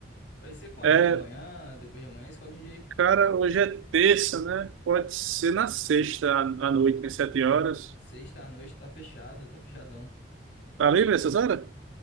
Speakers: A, on the left; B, on the right.
A: Vai ser quando?
B: É,
A: Amanhã, depois de amanhã, escolhe um dia aí.
B: cara, hoje é terça, né? Pode ser na sexta à à noite, às sete horas.
A: Sexta à noite, tá fechado, tá fechadão.
B: Tá livre essas horas?